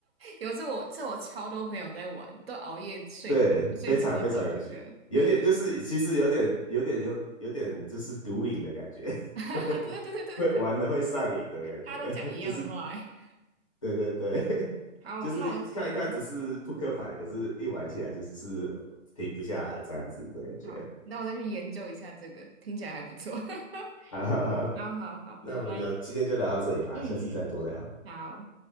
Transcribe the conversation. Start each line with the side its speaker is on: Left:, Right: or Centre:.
Right: 有次我这我超多朋友在玩，都熬夜睡不睡觉都在玩这个。
Left: 对，非常非常有趣，有点就是其实有点有点有有点就是毒瘾的感觉，
Right: 呃，<laughs>
Left: <laughs>
Right: 对对对对对对，
Left: 会玩的会上瘾的感觉，
Right: 大家都讲一样的话欸。
Left: <laughs> 就是对对对，<laughs>
Right: 好，
Left: 就是看一看只是扑克牌，
Right: 那我嗯，
Left: 可是一玩起来就是停不下来这样子的感觉。
Right: 好，那我再去研究一下这个，听起来还不错。<laughs>
Left: 好好好，
Right: 好好好，拜拜。
Left: 那我们聊今天就聊到这里吧，
Right: 嗯嗯，
Left: 下次再多聊。
Right: 好。